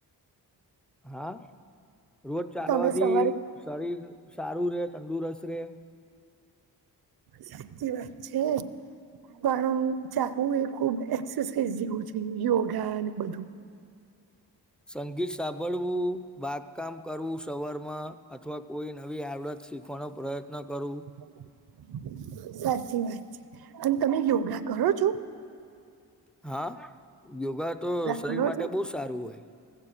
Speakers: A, in the centre; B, on the right.
A: હા રોજ ચાલવાથી
B: તમે સવારે
A: શરીર સારું રે તંદુરસ્ત રે
B: સાચી વાત છે કારણ ચું એ ખુબ એક્સરસાઝ જેવું છે યોગા ને બધું
A: સંગીત સાંભળવું બાગકામ કરવું સવરમાં અથવા કોઈ નવી આવડત શીખવાનો પ્રયત્ન કરું
B: <unintelligible> સાચી વાત છે અને તમે યોગા કરો છો.
A: હા યોગા તો શરીર
B: કરો
A: માટે
B: છો
A: બહુ સારું હોય